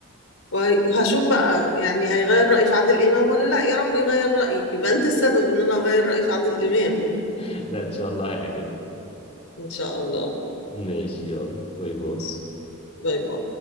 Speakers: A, on the left; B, on the left.
A: وهشوف بقى يعني هيغير رأيي في عادل امام ولا لا يا رب يغير رأيي يبقى انت السبب ان انا اغير رأيي في عادل امام
B: <laughs> لا إن شاء الله هيعجبك
A: <laughs> ان شاء الله
B: ماشي يلا باي
A: ماشي.
B: باي
A: باي باي